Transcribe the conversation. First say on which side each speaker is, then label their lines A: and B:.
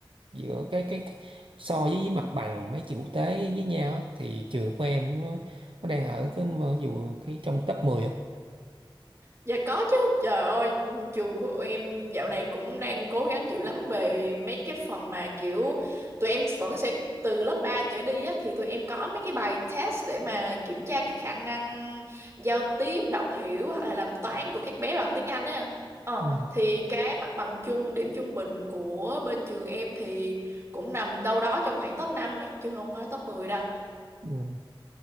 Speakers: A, on the right; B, on the right.
A: giữa cái cái cái- so với mặt bằng mấy trường quốc tế với nhau á, thì trường của em nó, nó đang ở cái mà, ví dụ cái trong top mười. không
B: Dạ có chứ, trời ơi, trường của em dạo này cũng đang cố gắng dữ lắm về mấy cái phần mà kiểu tụi em vẫn sẽ từ lớp 3 trở đi á, thì tụi em có mấy cái bài test để mà kiểm tra cái khả năng giao tiếp, đọc hiểu hoặc là làm toán của các bé bằng tiếng Anh ấy anh. Ờ,
A: Ừ,
B: thì cái mặt bằng chung, điểm trung bình của bên trường em thì cũng nằm đâu đó trong khoảng top 5 ấy, chứ không phải top 10 đâu.
A: ừ.